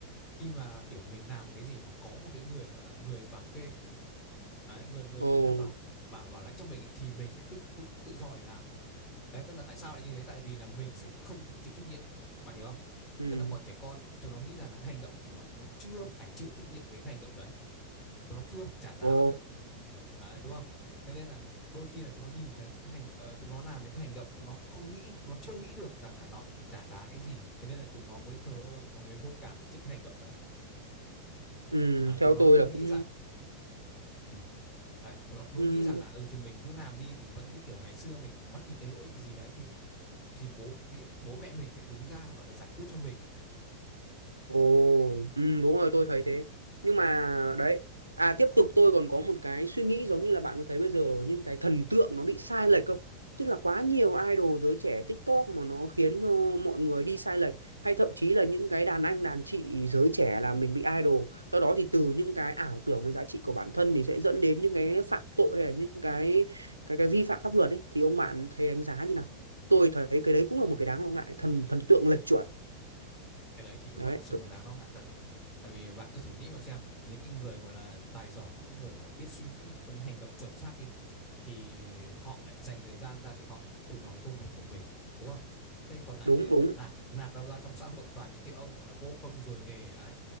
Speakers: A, on the left; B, on the right.
A: khi mà kiểu mình làm một cái gì mà có một cái người gọi là người bảo kê ấy, người người
B: Ồ,
A: đứng ra bảo bảo bảo lãnh cho mình ấy, thì mình sẽ tự tự tự do để làm Đấy, tức là tại sao lại như thế? Tại vì là mình sẽ không phải chịu trách nhiệm. Bạn hiểu không?
B: ừ,
A: Tức là bọn trẻ con chúng nó nghĩ rằng là cái hành động chúng nó chúng nó chưa phải chịu trách nhiệm với cái hành động đấy. Chúng nó chưa phải trả giá
B: ồ,
A: bao giờ. Đấy, đúng không? Thế nên là đôi khi là chúng nó nhìn thấy một cái hành ờ, chúng nó làm những cái hành động chúng nó không nghĩ, chúng nó chưa nghĩ được rằng là nó sẽ phải trả giá cái gì. Thế nên là chúng nó mới thờ ơ, chúng nó mới vô cảm trước cái hành động đấy.
B: ừ,
A: À, chúng
B: theo
A: nó
B: tôi
A: luôn
B: là
A: nghĩ
B: cũng
A: rằng ừ, đấy, chúng nó luôn
B: ừ,
A: nghĩ rằng là ừ thì mình cứ làm đi thì vẫn như kiểu ngày xưa mình mắc một cái lỗi gì đấy thì thì bố vị bố mẹ mình sẽ đứng ra, gọi là, giải quyết cho mình.
B: Ồ, ừ, đúng rồi tôi thấy thế. Nhưng mà đấy, à tiếp tục tôi còn có một cái suy nghĩ giống như là bạn có thấy bây giờ những cái thần tượng nó bị sai lệch không? Tức là quá nhiều idol giới trẻ TikTok mà nó khiến cho mọi người đi sai lệch hay thậm chí là những cái đàn anh đàn chị giới trẻ là mình bị idol. Sau đó thì từ những cái ảo tưởng về giá trị của bản thân thì sẽ dẫn đến những cái phạm tội hay là những cái cái cái vi phạm pháp luật ấy thì ông bạn thấy đánh giá như nào? Tôi thấy cái đấy cũng là một cái đáng lo ngại, thần thần tượng
A: Ừ.
B: lệch chuẩn.
A: cái đấy thì đúng
B: Đấy,
A: là thật sự là đáng lo ngại thật tại vì bạn cứ thử nghĩ mà xem những cái người gọi là tài giỏi những cái người gọi là biết suy nghĩ có những hành động chuẩn xác đi thì họ lại dành thời gian ra để họ tập trung vào cái công việc của mình đúng không thế còn lại
B: đúng đúng
A: nạc nạc đâu ra trong xã hội toàn những cái ông gọi là vô công rồi nghề đấy